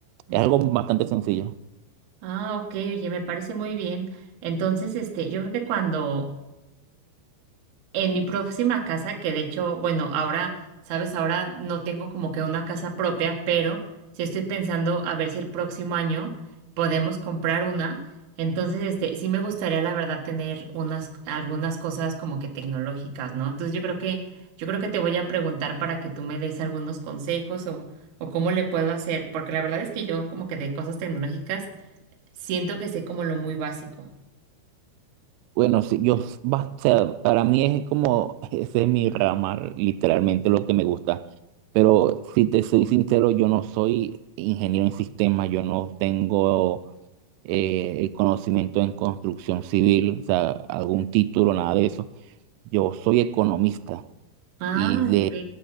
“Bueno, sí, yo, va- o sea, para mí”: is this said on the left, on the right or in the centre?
Right